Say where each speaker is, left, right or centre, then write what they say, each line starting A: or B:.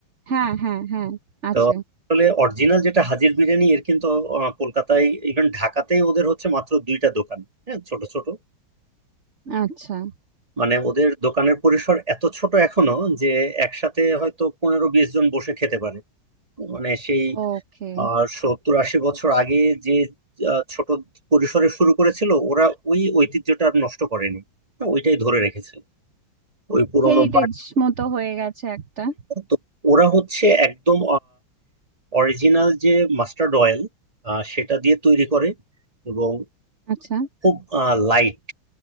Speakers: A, on the right; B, on the right.
A: হ্যাঁ হ্যাঁ হ্যাঁ আছে
B: তো আসলে অরিজিনাল যেটা হাজির বিরিয়ানি এর কিন্তু আহ, কলকাতায় ইভেন ঢাকাতেই ওদের হচ্ছে মাত্র দুইটা দোকান হ্যাঁ ছোট ছোট
A: আচ্ছা
B: মানে ওদের দোকানের পরিসর এত ছোট এখনো যে একসাথে হয়তো পনেরো বিশ জন বসে খেতে পারে মানে সেই
A: ওকে
B: আহ সত্তর আশি বছর আগে যে আহ, ছোট পরিসরে শুরু করেছিল ওরা ওই ঐতিহ্যটা আর নষ্ট করেনি হ্যাঁ, ওইটাই ধরে রেখেছে ওই পুরোনো
A: হেরিটেজ
B: বার
A: মতো হয়ে গেছে একটা
B: তো ওরা হচ্ছে একদম অরিজিনাল যে মাস্টার্ড অয়েল সেটা দিয়ে তৈরি করে এবং
A: আচ্ছা
B: খুব লাইট